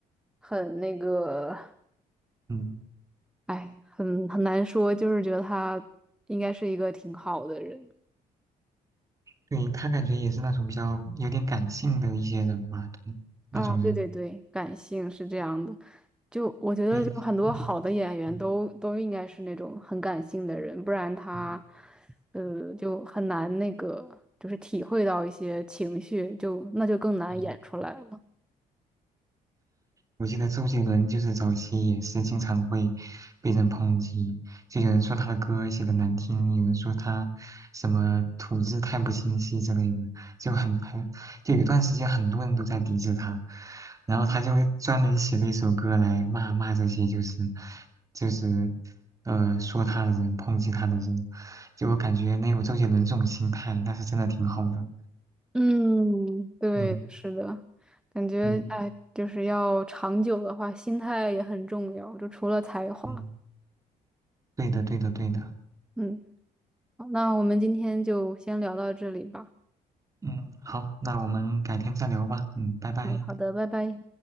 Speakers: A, in the centre; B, on the right.
A: 很那个，
B: 嗯。
A: 哎，很很难说，就是觉得他应该是一个挺好的人。
B: 对，他感觉也是那种比较有点感性的一些人吧，对，那种人，
A: 啊，对对对，感性是这样的。就我觉得，
B: 对，
A: 就很多好的演员都都应该是那种很感性的人，
B: 嗯嗯
A: 不然他，
B: 嗯
A: 呃，就很难那个，就是体会到一些情绪，就那就更难演出来了。
B: 嗯，嗯我记得周杰伦就是早期也是经常会被人抨击，就有人说他的歌写的难听，有人说他什么吐字太不清晰之类的，就很很就有一段时间很多人都在抵制他，然后他就专门写了一首歌来骂骂这些就是就是呃说他的人抨击他的人，就我感觉能有周杰伦这种心态，那是真的挺好的，
A: 嗯，对，
B: 嗯
A: 是的，感觉哎，
B: 嗯
A: 就是要长久的话，心态也很重要，就除了才华。
B: 嗯，对的对的对的。
A: 嗯，好，那我们今天就先聊到这里吧。
B: 嗯，好，那我们改天再聊吧。嗯，拜拜。
A: 嗯，好的，拜拜。